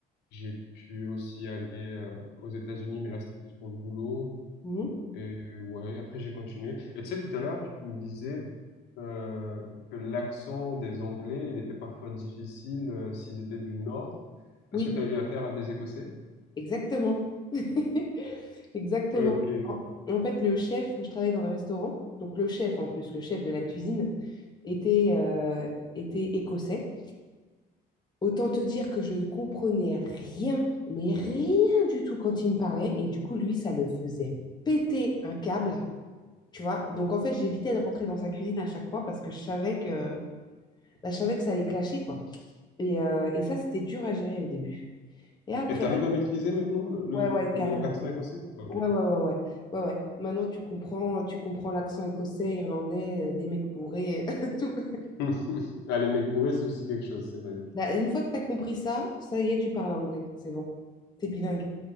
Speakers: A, on the left (about 85°); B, on the left (about 25°).
A: J'ai pu aussi aller euh, aux États-Unis, mais là, c'était plus pour le boulot.
B: Mhm.
A: Et euh, ouais, après, j'ai continué. Et tu sais, tout à l'heure, tu me disais euh, que l'accent des Anglais, il était parfois difficile euh, s'ils étaient du Nord.
B: Oui,
A: Est-ce que tu as eu affaire à des Écossais?
B: exactement. <laughs> Exactement.
A: Ok.
B: En en fait, le chef où je travaillais dans le restaurant, donc le chef en plus, le chef de la cuisine, était, euh, était écossais. Autant te dire que je ne comprenais rien, mais rien du tout quand il me parlait. Et du coup, lui, ça le faisait péter un câble. Tu vois, donc en fait, j'évitais de rentrer dans sa cuisine à chaque fois parce que je savais que, bah, je savais que ça allait clasher, quoi. Et, euh, et ça, c'était dur à gérer au début. Et après,
A: Et t'arrives à maîtriser maintenant le, le-
B: ouais, ouais,
A: le-
B: carrément.
A: l'accent écossais? Ok.
B: Ouais, ouais, ouais, ouais, ouais, ouais. Maintenant, tu comprends, tu comprends l'accent écossais, irlandais, euh, des mecs bourrés, <laughs> tout.
A: <laughs> Ah, les mecs bourrés, c'est aussi quelque chose, c'est vrai.
B: Là, une fois que tu as compris ça, ça y est, tu parles anglais, c'est bon. T'es bilingue,